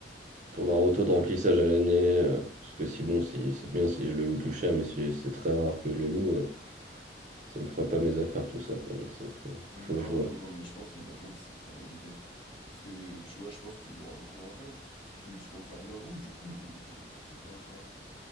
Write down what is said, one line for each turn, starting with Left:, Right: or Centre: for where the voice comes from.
Right: pour voir autant de remplissage à l'année, euh, parce que si bon, si c'est bien si je le loue plus cher, mais si c'est très rare que je le loue, euh, ça me fera pas mes affaires, tout ça, quoi, donc ça faut,
Left: Non,
Right: faut que je vois.
Left: non, non, mais je pense que les love rooms, c'est une très bonne idée. Parce que, euh, tu vois, je pense que tu l'auras beaucoup moins frais. Si Tu, tu comptes faire une love room, du coup, ou, ou tu sais pas encore.